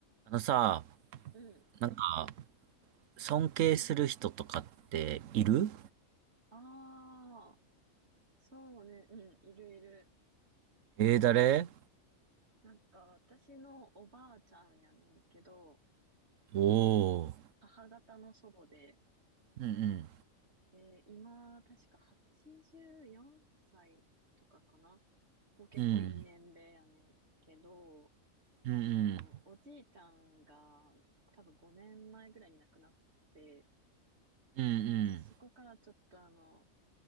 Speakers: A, on the right; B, on the right.
A: あのさ、
B: うん。
A: なんか、尊敬する人とかっている
B: ああ、そうね。うん、いるいる。
A: えー、誰
B: なんか、私のおばあちゃんやねんけど、
A: おー。
B: 母方の祖母で、
A: うん
B: で、今、確か84歳とかかな。もう結構いい年齢やねんけど、
A: うん。うんうん。
B: あの、おじいちゃんが多分5年前ぐらいに亡くなって、
A: うんう
B: で、そこからちょっとあの、
A: ん。